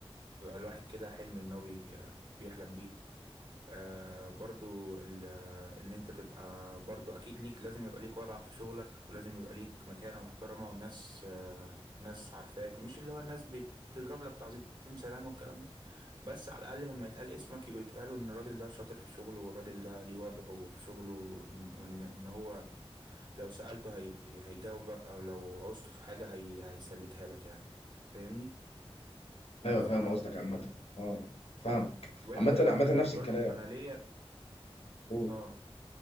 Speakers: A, on the right (about 45°); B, on the left (about 80°).
A: بيبقى الواحد كده حلم إن هو بي- بيحلم بيه آه برضو ال- إن أنت تبقى برضو أكيد ليك لازم يبقى ليك وضعك في شغلك ولازم يبقى ليك مكانة محترمة والناس آه ناس عارفاك مش اللي هو الناس بتضرب لك تعظيم سلام والكلام ده بس على الأقل لما يتقال اسمك يبقى يتقالوا إن الراجل ده شاطر في شغله والراجل ده ليه وضعه في شغله وإن وإن- إن هو لو سألته هي... هيجاوبك أو لو عوزته في حاجة هي... هيسلكها لك يعني فاهمني؟
B: ايوه
A: ف
B: فاهم قصدك عامة اه فاهمك
A: برضه
B: عامة
A: أنا
B: عامة
A: أنا
B: نفس
A: برضه
B: الكلام
A: أنا ليا
B: قول
A: آه